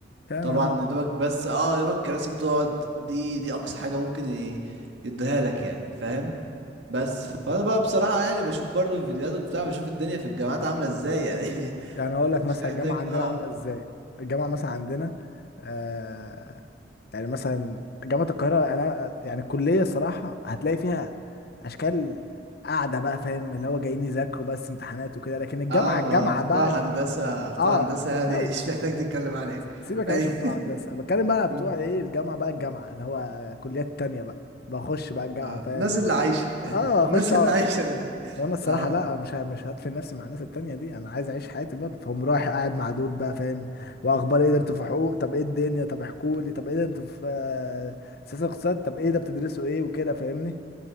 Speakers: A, on the left; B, on the right.
A: يا
B: طبعا
A: نهار
B: يا دوبك بس اه يا دوبك الكراسي بتقعد دي دي اقصى حاجه ممكن ي- يديها لك يعني فاهم بس فانا بقى بصراحه يعني بشوف برضو الفيديوهات وبتاع بشوف الدنيا في الجامعات عامله ازاي يعني
A: يعني
B: <laughs>
A: اقول لك
B: مش
A: مثلا
B: محتاج
A: الجامعه عندنا
B: اه
A: عامله ازاي الجامعه مثلا عندنا آه يعني مثلا جامعه القاهره انا يعني الكليه الصراحه هتلاقي فيها اشكال قاعده بقى فاهم اللي هو جايين يذاكروا بس امتحانات وكده لكن الجامعه
B: اه
A: الجامعه
B: ما بتوع
A: بقى ج-
B: هندسة بتوع
A: اه
B: هندسة يعني
A: لا
B: <laughs> مش محتاج تتكلم عليه
A: سيبك يا
B: اي
A: باشا من بتوع هندسه بتكلم بقى بتوع
B: <laughs>
A: ايه الجامعه بقى الجامعه اللي هو كليات تانية بقى بخش بقى الجامعه
B: اه
A: فاهم
B: الناس اللي عايشة <laughs>
A: اه اخش
B: الناس اللي عايشة من العيش.
A: وانا الصراحه
B: اه
A: لا مش ه- مش هدفن نفسي مع الناس التانية دي انا عايز اعيش حياتي برضه فهم رايح قاعد مع دول بقى فاهم واخبار ايه ده انتوا في حقوق طب ايه الدنيا طب احكوا لي طب ايه ده انتوا في آه،
B: مم.
A: سياسه اقتصاد طب ايه ده بتدرسوا ايه وكده فاهمني